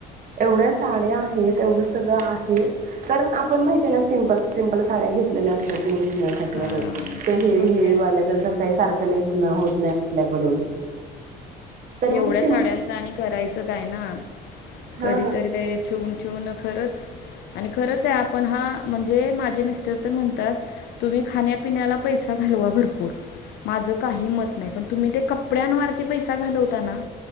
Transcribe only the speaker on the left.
हां
मग
काय
एवढ्या
साड्यांचं आणि करायचं काय ना.
कधीतरी ते ठेवून, ठेवून खरचं आणि खरंच आहे, आपण हा म्हणजे माझे मिस्टर तर म्हणतात तुम्ही खाण्यापिण्याला पैसा घालवा भरपूर माझं काही मत नाही तुम्ही ते कपड्यांवरती पैसा घालव ता ना